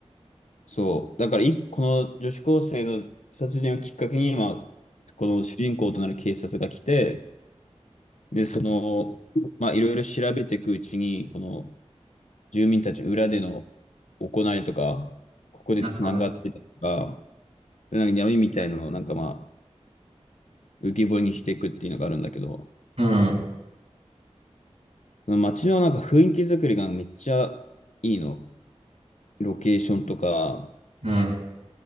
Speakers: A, on the left; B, on the right.
A: そう、だからい、この女子高生の殺人をきっかけに、今、この主人公となる警察が来て、で、その、まあ、いろいろ調べていくうちに、この、住民たち裏での行いとか、ここでつながってたとか、
B: なるほど。
A: なんか闇みたいなのをなんかまあ浮き彫りにしていくっていうのがあるんだけど、
B: うん。
A: その街のなんか雰囲気作りがめっちゃいいの。ロケーションとか、
B: うん。